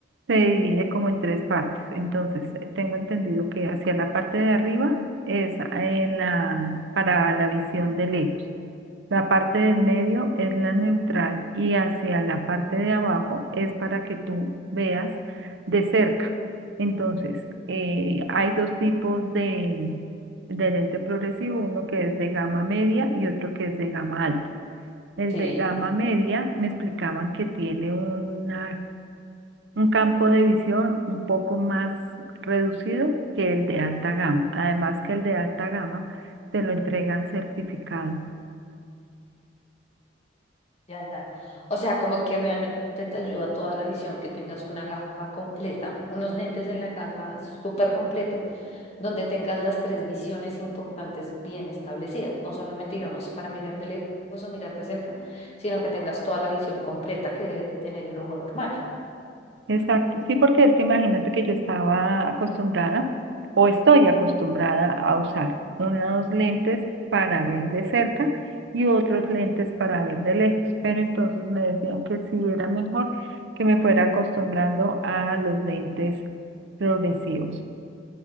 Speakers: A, on the right; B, on the left.
A: se divide como en tres partes. Entonces, eh, tengo entendido que hacia la parte de arriba es en la, para la visión de lejos. La parte del medio es la neutral y hacia la parte de abajo es para que tú veas de cerca. Entonces, eh, hay dos tipos de, de lente progresivo, uno que es de gama media y otro que es de gama alta. El
B: Sí.
A: de gama media me explicaban que tiene una- un campo de visión un poco más reducido que el de alta gama. Además que el de alta gama te lo entregan certificado.
B: Ya, ya. O sea, como que realmente te ayuda toda la visión, que tengas una gafa completa, unos lentes en la gafa súper completo, donde tengas las tres visiones importantes bien establecidas, no solamente digamos para mirar de lejos o mirar de cerca, sino que tengas toda la visión completa que debe tener el ojo normal.
A: Exacto, sí, porque es que imagínate que yo estaba acostumbrada o estoy acostumbrada a usar unos lentes para ver de cerca y otros lentes para ver de lejos, pero entonces me decían que sí era mejor que me fuera acostumbrando a los lentes progresivos.